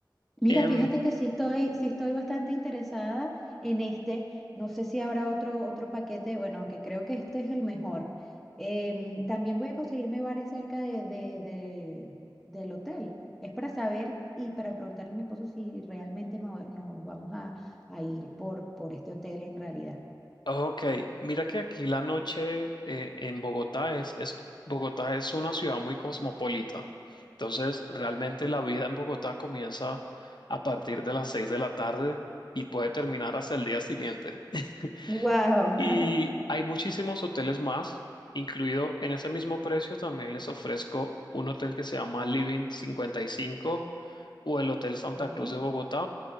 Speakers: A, in the centre; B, on the left (about 70°).
A: Mira,
B: Em,
A: fíjate que sí estoy, sí estoy bastante interesada en este. No sé si habrá otro, otro paquete, bueno, que creo que este es el mejor. Em, también voy a conseguirme bares cerca de, de- de- del hotel. Es para saber y para preguntarle a mi esposo si realmente mo- nos vamos a, a ir por, por este hotel en realidad.
B: ok, mira que aquí la noche eh, en Bogotá es, es, Bogotá es una ciudad muy cosmopolita. Entonces, realmente la vida en Bogotá comienza a partir de las seis de la tarde y puede terminar hasta el día siguiente. <laughs>
A: Wow.
B: Y
A: <laughs>
B: hay muchísimos hoteles más, incluido en ese mismo precio también les ofrezco un hotel que se llama Living 55 o el Hotel Santa
A: Ok,
B: Cruz de Bogotá,